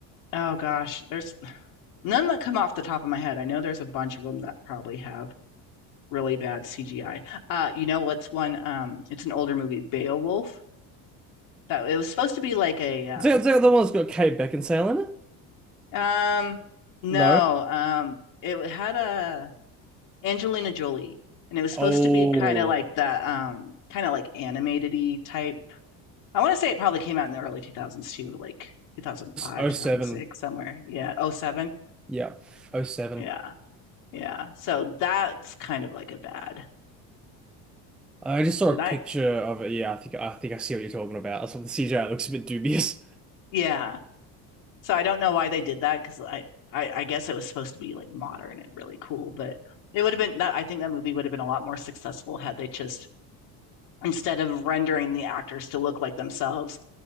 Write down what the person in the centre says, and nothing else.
Is that, is that the one that's got Kate Beckinsale in it?
No.
Oh,
oh
seven.
Yeah, Oh seven.
I just saw
a
picture of it. Yeah, I think I think I see what you're talking about. That's what the CGI looks a bit dubious.